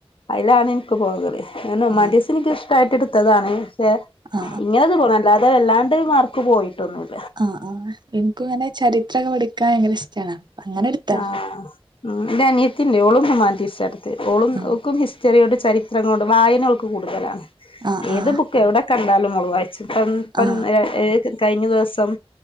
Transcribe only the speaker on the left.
അതിലാണ് എനിക്ക് പോകല് എന്നാ ഹ്യുമാനിട്ടിസ്
എനി ഇഷ്ടആയിട്ട് എടുത്തതാണ് പക്ഷെ
ഇങ്ങനെത് പോണം അല്ലാതെ വല്ലാണ്ട് മാർക്ക് പോയിട്ടൊന്നുല്ല
ആഹ് ഉം എന്റെ അനിയത്തിണ്ട് ഓളും ഹുമാൻറ്റീസ് എടുത്തെ ഓളും
ഓക്കും ഹിസ്റ്ററിയുട് ചരിത്ര തുഅങ്ങൊട് വായനഅവൾക്ക് കൂടുതലാണ്
ഏത്
ബുക്ക് എവിടെ കണ്ടാലും അവള് വായിച്ചു പ്പം പ്പം
ഏഹ് കഴിഞ്ഞ ദിവസം